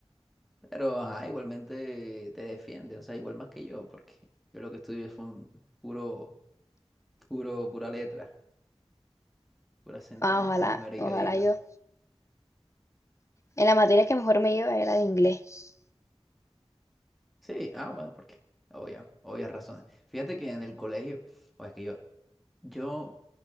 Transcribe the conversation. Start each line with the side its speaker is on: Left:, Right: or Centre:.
Centre: Pero ajá, igualmente te defiende, o sea, igual más que yo, porque yo lo que estudio es un puro, puro, pura letra, puras sentencias
Left: Ah, ojalá,
Centre: y maricaditas.
Left: ojalá yo. En la materia que mejor me iba era de inglés,
Centre: Sí, ah, bueno, porque obvia, obvias razones. Fíjate que en el colegio, o es que yo, yo